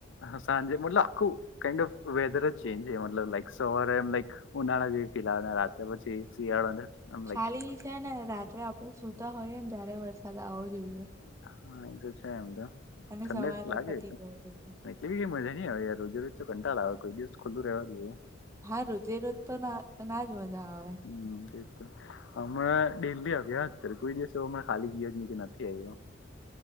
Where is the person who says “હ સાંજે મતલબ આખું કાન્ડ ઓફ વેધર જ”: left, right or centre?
Left